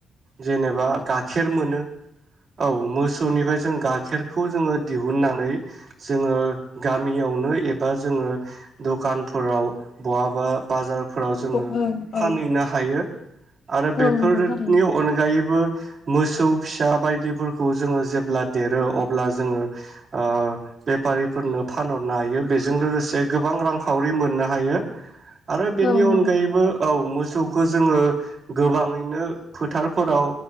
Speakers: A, on the right; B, on the left.
A: जेनेबा गाखेर मोनो। औ मोसौनिफ्राय जों गाखेर खौ जोङो दिहुननानै जोङो गामियावनो एबा जोङो द'खानफोराव बहाबा बाजार फोराव जोङो
B: औ
A: फानहैनो
B: औ
A: हायो। आरो बेफोरनि
B: औ नंगौ थारैनो
A: अनगायै बो मोसौ फिसा बायदिफोरखौ जोङो जेब्ला देरो अब्ला जोङो ओ बेफारिफोरनो फानहरनो हायो बेजों लोगोसे गोबां रांखावरि मोननो हायो। आरो बेनि
B: औ नंगौ
A: अनगायैबो औ मोस सौखो जोङो गोबाङैनो फोथारफोराव